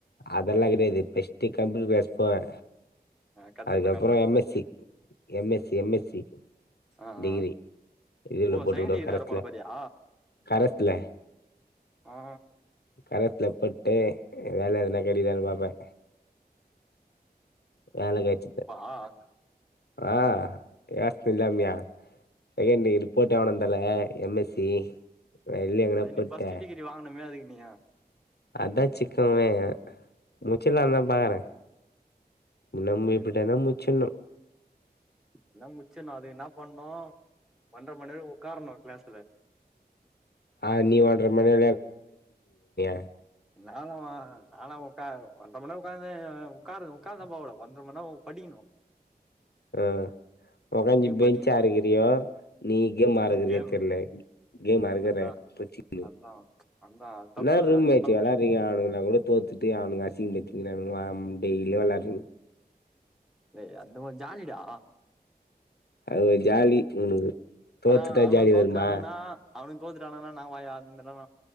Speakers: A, on the left; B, in the centre.
A: அதெல்லா கெடியாது பர்ஸ்டு கம்ப்யூட்டர் கிளாஸ் போவே
B: கத்து
A: அதுக்கப்புறோ
B: இப்ப கம்ப்யூட்டர்
A: எம்
B: பத்தி
A: எஸ் C M S C M S C
B: ஆ
A: டிகிரி
B: ஆ
A: இதுல
B: ஓ
A: போட்டு
B: செகண்ட்
A: வுடுவ
B: டிகிரி
A: கரஸ்ல
B: வேற போட போறியா
A: கரஸ்ல
B: ஆ
A: கரஸ்ல போட்டு வேல எதனா கெடிக்தானு பாப்ப வேல கச்சுது
B: ஆ
A: ஆ கிளாஸ்த்து இல்லாமயா செகண்ட் டிகிரி ரிப்போட்டு வாங்கனோ தல எம் எஸ் சி வெளிய எங்கன
B: அது
A: போட்ட
B: நீ ஃபர்ஸ்ட் டிகிரி வாங்கணுமே அதுக்கு நீ
A: அதான் சிக்குமே முச்சிலா தா பாக்குற நம்ம
B: ஐயோ,
A: இப்டி தினொ முச்சினும்
B: என்ன முச்சிணும் அது என்ன பண்ணும் ஒன்ற மணி நேரொ உக்கார்ணும் கிளாஸ்ல
A: ஆ நீ விளாட்ற மாரி <unintelligible>
B: நான்லா வா நாலா ஒ க்கா ஒன்ற மணி உக்கார்ந்த உக்கா உக்காருந்தா போல ஒன்ற மணி நேரோ படிக்கணும்
A: ஆ உங்கத்து பேஞ்ச்சு
B: படிக்கணு
A: அறுகிறியோ நீங் கேமறுகிறியோ
B: கேமு
A: தெர்ல கேம் அறுகுற
B: அதா
A: போச்சுக்குனு
B: அதா அதா தப்பு
A: நா ரூ
B: அது
A: மே
B: பண்ணக்கூடாதுன்னு
A: விளாடுறீங்க
B: சொல்றே
A: அவனுங்கனா கூட தோத்துட்டு அவனுங்க அசிங்க பத்தி கிறானுக டேய்லியும் விளாடுறீங்க
B: ஏய் அந்த மார் ஜாலிடா
A: அது ஒரு ஜாலி உனக்கு தோத்துட்டா
B: ஆனா அவனுங்க
A: ஜாலி
B: தோத்துடானுங்கன்னா
A: வருமா
B: அவனுங்க தோத்துட்டான்னுங்கன நா <unintelligible> அந்த ல